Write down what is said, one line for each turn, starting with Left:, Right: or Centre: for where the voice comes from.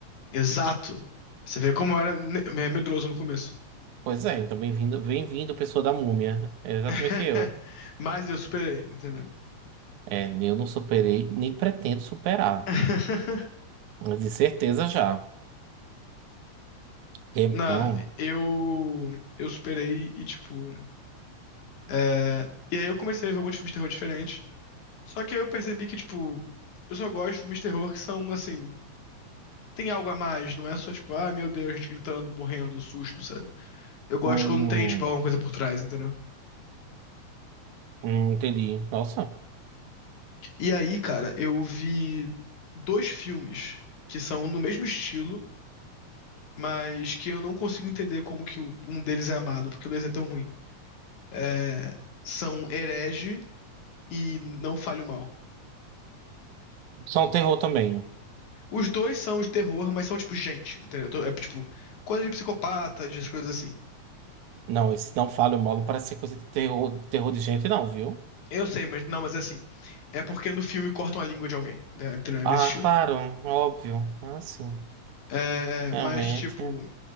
Left: exato. Você vê como eu era ne- medroso no começo.
Right: Pois é, então bem-vindo, bem-vindo, pessoa da múmia. É exatamente
Left: <laughs>
Right: eu.
Left: Mas eu superei, entendeu?
Right: É, eu não superei, nem pretendo superar.
Left: <laughs>
Right: Mas De certeza já. Que-
Left: Na,
Right: não.
Left: eu, eu superei e, tipo. é, e aí eu comecei a ver um monte de filme de terror diferente. Só que aí eu percebi que, tipo, eu só gosto de filmes de terror que são, assim, tem algo a mais. Não é só, tipo, ah, meu Deus, gente gritando, morrendo, susto, sabe? Eu gosto
Right: Hum,
Left: quando tem, tipo, alguma coisa por trás, entendeu?
Right: hum, entendi. Nossa.
Left: E aí, cara, eu vi dois filmes que são no mesmo estilo mas que eu não consigo entender como que o- um deles é amado, porque um deles é tão ruim. É, são herege e não fale o mal.
Right: Só um terror também.
Left: Os dois são de terror, mas são tipo gente, entendeu? Então, É tipo coisa de psicopata, de coisas assim.
Right: Não, esse não falha mal, não parece ser coisa de terror, terror de gente, não, viu?
Left: Eu sei, mas não, mas é assim. É porque no filme cortam a língua de alguém, né? Entendeu? É
Right: Ah,
Left: nesse estilo.
Right: claro, óbvio. Ah, sim.
Left: É,
Right: Realmente.
Left: mas tipo,